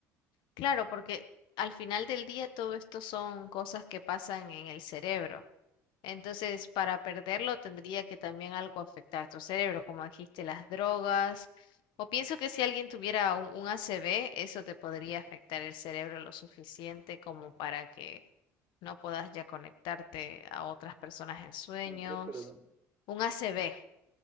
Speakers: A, on the left; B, on the right.
A: Claro, porque al final del día todo esto son cosas que pasan en el cerebro. Entonces, para perderlo tendría que también algo afectar a tu cerebro, como dijiste, las drogas. O pienso que si alguien tuviera un, un ACV, eso te podría afectar el cerebro lo suficiente como para que no puedas ya conectarte a otras personas en sueños.
B: ¿Un qué, perdón?
A: Un ACV,